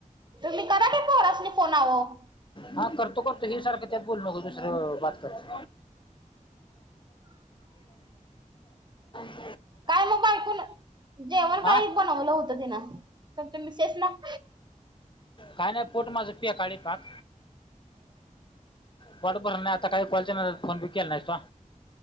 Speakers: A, on the right (about 35°); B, on the left (about 35°).
A: तुम्ही करा की पोरासनी फोन अहो
B: हा करतो- करतो. हे सारखं त्यात बोल नको. दुसरं, बाद करतील. <inaudible>
A: काय मग बायकोनं, जेवण
B: हा
A: काय बनवलं होतं तिनं? तुमच्या मिसेसनं.
B: काय नाही पोट माझं पेकाळलय पाक. पोट भरलं नाही. आता काय कॉलच्या नादात फोन बि केला नाहीस त्वा.